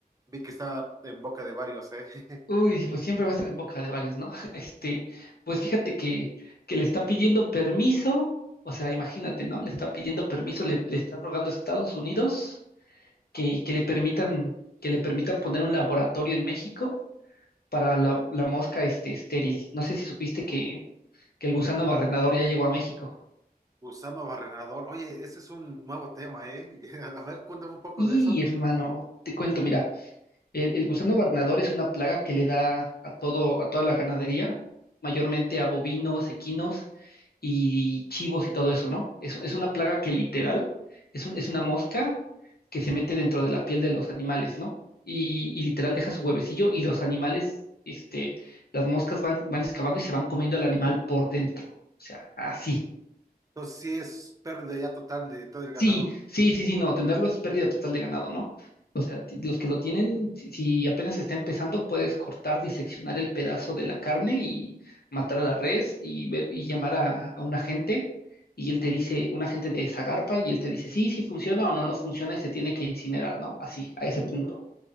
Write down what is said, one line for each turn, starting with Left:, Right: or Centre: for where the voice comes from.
Right: vi que está en boca de varios, ¿eh? <laughs>
Left: uy, pues siempre va a estar en boca de varios, ¿no? <laughs> Este, pues fíjate que, que le está pidiendo permiso, o sea, imagínate, ¿no? Le está pidiendo permiso, le, le está rogando a Estados Unidos que, que le permitan, que le permitan poner un laboratorio en México para la, la mosca este, estéril. No sé si supiste que, que el gusano barrenador ya llegó a México.
Right: Usando barrenador. Oye, ese es un nuevo tema, ¿eh? <laughs> A ver, cuéntame un poco
Left: Y
Right: de eso.
Left: hermano, te cuento, mira, el, el gusano barrenador es una plaga que le da a todo, a toda la ganadería, mayormente a bovinos, equinos y chivos y todo eso, ¿no? Es, es una plaga que literal es un- es una mosca que se mete dentro de la piel de los animales, ¿no? Y, y literal deja su huevecillo y los animales, este, las moscas van, van excavando y se van comiendo al animal por dentro. O sea, así.
Right: Entonces, sí es pérdida ya total de todo el
Left: Sí,
Right: ganado.
Left: sí, sí, sí, no, tenerlo es pérdida total de ganado, ¿no? O sea, ti- los que lo tienen, si, si apenas está empezando, puedes cortar, diseccionar el pedazo de la carne y matar a la res y, ver- y llamar a, a un agente y él te dice, un agente de Zagarpa y él te dice, sí, sí funciona o no, no funciona y se tiene que incinerar, ¿no? Así, a ese punto.